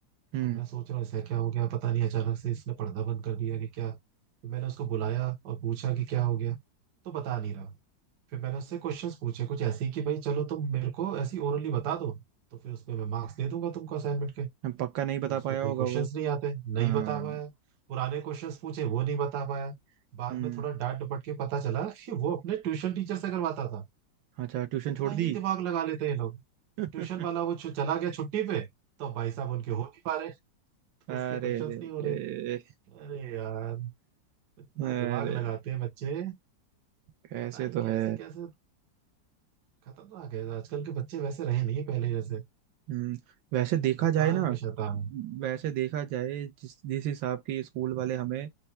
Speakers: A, on the right (about 80°); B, on the right (about 65°).
A: हम्म
B: अब मैं सोच रहा हूँ ऐसा क्या हो गया पता नहीं अचानक से इसने पढ़ना बंद कर दिया कि क्या फिर मैंने उसको बुलाया और पूछा कि क्या हो गया तो बता नहीं रहा फिर मैंने उससे क्वेश्चंस पूछे कुछ ऐसे ही कि भाई चलो तुम मेरे को ऐसी ओरली बता दो तो फिर उसमें मैं मार्क्स दे दूंगा तुमको असाइनमेंट के।
A: पक्का नहीं बता
B: तो उसको
A: पाया
B: कोई
A: होगा
B: क्वेश्चंस
A: वो
B: नहीं आते नहीं
A: हाँ
B: बता पाया पुराने क्वेश्चंस पूछे वो नहीं बता पाया बाद
A: हम्म
B: में थोड़ा डांट डपट के पता चला कि वो अपने ट्यूशन टीचर से करवाता था
A: अच्छा ट्यूशन
B: कितना
A: छोड़ दी
B: ही दिमाग लगा लेते हैं ये लोग
A: हम्म
B: ट्यूशन वाला वो छु- चला गया छुट्टी पे तो अब भाई साहब उनके हो नहीं पा रहे तो
A: अरे
B: उसके क्वेश्चंस
A: रे
B: नहीं हो
A: रे
B: रहे अरे यार इतना
A: अरे
B: दिमाग लगाते हैं बच्चे
A: कैसे
B: पता नहीं
A: तो
B: कैसे
A: है
B: कैसे खतरनाक है आजकल के बच्चे वैसे रहे नहीं पहले जैसे
A: हम्म वैसे देखा
B: शैतान
A: जाए ना
B: पे शैतान
A: वैसे देखा जाए जिस जिस हिसाब की स्कूल वाले हमें